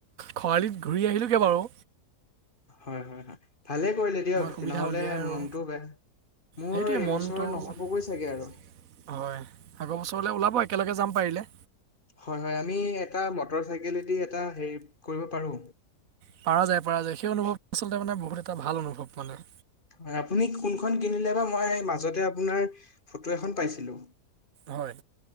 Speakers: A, on the right (about 60°); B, on the left (about 30°).
A: খৰালিত ঘূৰি আহিলোগে বাউ
B: হয়, হয়, হয় ভালেই কৰিলে দিয়ক
A: সুবিধা
B: নহ'লে
A: উলিয়াই আৰু
B: মনটোও বেয়া। মোৰ
A: সেইটোৱে
B: এইবছৰ
A: মনটো
B: নহ'বগৈ
A: হয়
B: চাগে আৰু
A: আগৰ বছৰলে ওলাব একেলগে যাম মাৰিলে।
B: হয়। হয় আমি এটা মটৰ চাইকলেদি এটা হেৰি কৰিব পাৰো।
A: পাৰ যায় পাৰা যায় সেই অনুভৱ আচলতে মানে বহুত এটা ভাল অনুভৱ মানে
B: হয় আপুনি কোনখন কিনিলে বা মই মাজতে আপোনাৰ ফটো এখন পাইছিলো।
A: হয়।